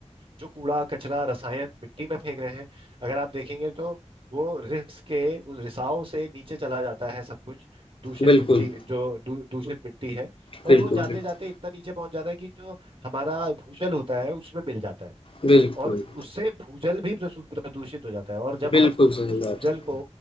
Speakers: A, on the right (about 45°); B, on the left (about 50°).
A: जो कूड़ा कचरा रसायन मिट्टी में फेंक रहे हैं अगर आप देखेंगे तो वो रिस के उस रिसाव से नीचे चला जाता है सब कुछ दूषित
B: बिल्कुल,
A: मिट्टी जो दू, दूषित मिट्टी है और
B: बिल्कुल,
A: वो जाते
B: बिल्कुल,
A: जाते इतना नीचे पहुंच जाता है कि जो हमारा भूजल होता है उसमें मिल जाता है
B: बिल्कुल,
A: और उससे भूजल भी प्रसु- प्रदूषित हो जाता है और जब
B: बिल्कुल
A: हम
B: सही
A: उस
B: बात
A: भूजल
B: है।
A: को